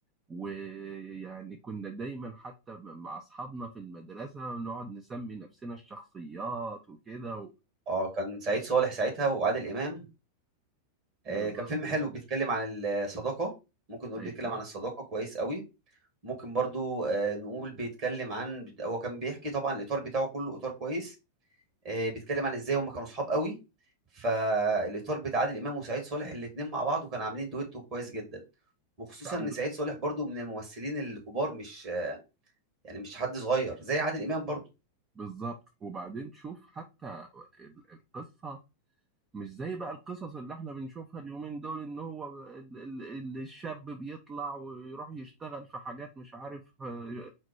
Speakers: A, on the right (about 20°); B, on the right (about 40°).
A: ويعني كنا دايما حتى مع اصحابنا في المدرسه نقعد نسمي نفسنا الشخصيات وكده
B: اه كان سعيد صالح ساعتها وعادل إمام
A: بالظبط
B: آه كان فيلم حلو بيتكلم عن الصداقة ممكن نقول
A: ايوه
B: بيتكلم عن الصداقة كويس قوي ممكن برضو آه نقول بيتكلم عن هو كان بيحكي طبعا الإطار بتاعه كله إطار كويس آه بيتكلم عن إزاي هم كانوا صحاب قوي فالإطار بتاع عادل إمام وسعيد صالح الاتنين مع بعض وكانوا عاملين دويتو كويس جدا وخصوصا
A: لا
B: ان
A: وب-
B: سعيد صالح برضو من الممثلين الكبار مش يعني مش حد صغير زي عادل امام برضو
A: بالظبط وبعدين شوف حتى ال- القصه مش زي بقى القصص اللي احنا بنشوفها اليومين دول ان هو ال- ال- ال- الشاب بيطلع ويروح يشتغل في حاجات مش عارف آه،